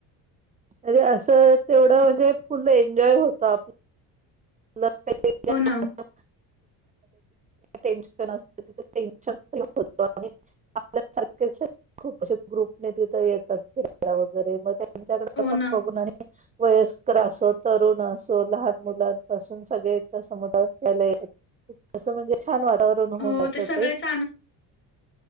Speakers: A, on the right; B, on the left.
A: अरे असं तेवढं म्हणजे फुल एन्जॉय होतं आपलं. <unintelligible>
B: हो ना,
A: टेन्शन असते. तिथ टेन्शन फ्री होत आणि आपल्या सारख सगळं खूप अशे ग्रुपने तिथ येतात फिरायला वगैरे मग त्यांच्याकडे
B: हो
A: पण
B: ना.
A: बघून आणि वयस्कर असो तरुण असो लहान मुलांन पासून सगळे इथे समुद्रावर खेळायला येतात. अस म्हणजे छान वातावरण
B: हो
A: होऊन जात
B: सगळेच
A: ते